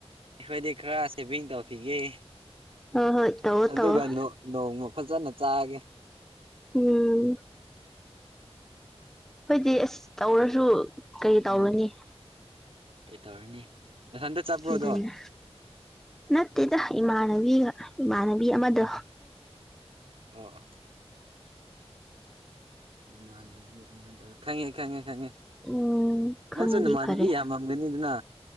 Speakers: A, on the right; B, in the centre.
A: ꯑꯩꯈꯣꯏꯗꯤ ꯈꯔ ꯁꯦꯚꯤꯡ ꯇꯧꯈꯤꯒꯦ
B: ꯍꯣꯏ ꯍꯣꯏ ꯇꯧꯔꯣ
A: ꯑꯗꯨꯒ
B: ꯇꯧꯔꯣ
A: ꯅꯦꯡ ꯅꯣꯡꯃ ꯐꯖꯅ ꯆꯥꯒꯦ
B: ꯎꯝ ꯍꯣꯏꯗꯤ ꯑꯁ ꯇꯧꯔꯁꯨ ꯀꯩ
A: ꯎꯝ
B: ꯇꯧꯔꯨꯅꯤ
A: ꯀꯩ ꯇꯧꯔꯅꯤ ꯅꯊꯟꯇ ꯆꯠꯄ꯭ꯔꯣꯗꯣ
B: ꯑꯗꯨꯅꯦ ꯅꯠꯇꯦꯗ ꯏꯃꯥꯟꯅꯕꯤꯒ ꯏꯃꯥꯟꯅꯕꯤ ꯑꯃꯗꯣ
A: ꯎꯝ ꯑꯣ ꯑꯣ ꯅꯃꯥꯟꯅꯕꯤ ꯑꯃ ꯗꯣ ꯈꯪꯉꯦ ꯈꯪꯉꯦ ꯈꯪꯉꯦ
B: ꯎꯝ ꯈꯪꯉꯗꯤ
A: ꯅꯪꯁꯨ ꯅꯃꯥꯟꯅꯕꯤ
B: ꯐꯔꯦ
A: ꯌꯥꯝꯃ ꯒꯅꯤꯗꯅ